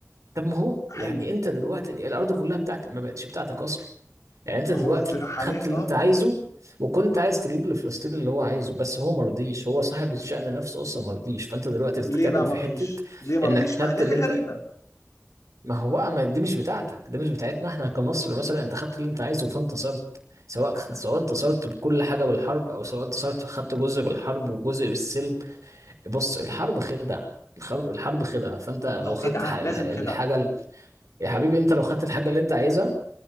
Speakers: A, on the right; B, on the left.
A: طب ما هو يعني
B: حلو
A: انت دلوقتي الأرض كلها بتاعتك ما بقتش بتاعتك أصلا يعني انت
B: ما
A: دلوقتي
B: هو ده حاليا
A: خدت اللي
B: اه
A: انت عايزه وكنت عايز تجيب لفلسطين اللي هو عايزه بس هو مرضيش هو صاحب الشأن نفسه اصلا مرضيش فانت دلوقتي بتتكلم
B: ليه بقى
A: في
B: ما رضيش
A: حتة
B: ليه ما
A: انك
B: رضيش
A: خدت
B: ما هي دي
A: اللي
B: حاجه
A: انت
B: غريبه
A: ما هو بقى ما دي مش بتاعتك دي مش بتاعتنا احنا
B: مم.
A: كمصر مثلا انت خدت اللي انت عايزه فانتصرت سواء سواء انتصرت بكل حاجه بالحرب او سواء انتصرت خدت جزء بالحرب وجزء بالسلم بص الحرب خدعه الحرب الحرب خدعه فانت لو
B: ما هو
A: خدت
B: خدعه
A: ح- الحاجه
B: لازم خدعه
A: ال- يا حبيبي انت لو خدت الحاجه اللي انت عايزها